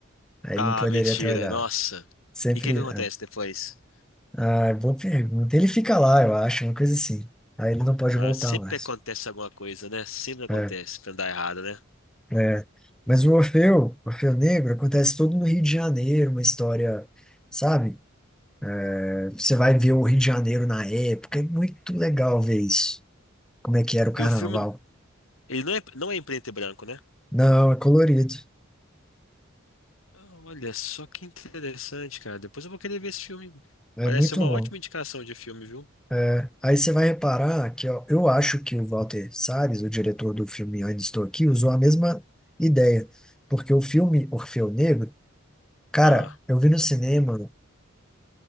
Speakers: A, in the centre; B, on the left.
A: Aí
B: Ah,
A: ele não poderia
B: mentira.
A: ter olhado.
B: Nossa.
A: Sempre.
B: E o que que acontece depois?
A: Ah, ah, boa pergunta. Ele fica lá, eu acho, uma coisa assim. Aí ele não pode
B: Ah,
A: voltar
B: sempre
A: mais.
B: acontece alguma coisa, né? Sempre acontece
A: É.
B: pra dar errado, né?
A: É, mas o Orfeu, Orfeu Negro, acontece todo no Rio de Janeiro, uma história, sabe? É, você vai ver o Rio de Janeiro na época, é muito legal ver isso, como é que era o carnaval.
B: E o filme, ele não é, não é em preto e branco, né?
A: Não, é colorido,
B: Ah, Olha só que interessante, cara. Depois eu vou querer ver esse filme.
A: é,
B: Parece
A: é muito
B: ser uma
A: bom.
B: ótima indicação de filme, viu?
A: É, aí você vai reparar que ó, eu acho que o Walter Salles, o diretor do filme Ainda Estou Aqui, usou a mesma ideia, porque o filme Orfeu Negro, cara,
B: Ah,
A: eu vi no cinema